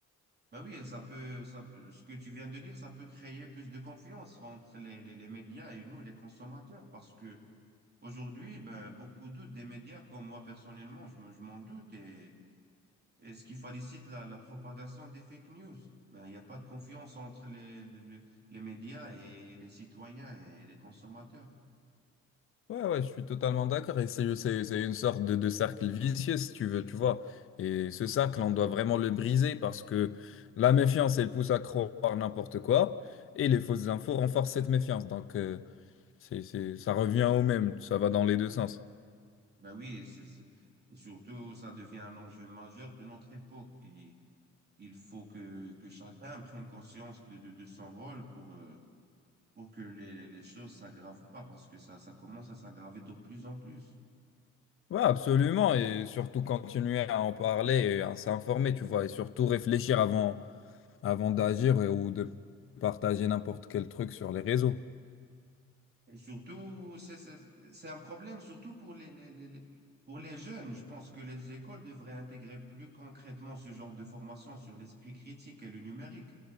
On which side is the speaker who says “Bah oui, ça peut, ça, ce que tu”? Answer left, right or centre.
Right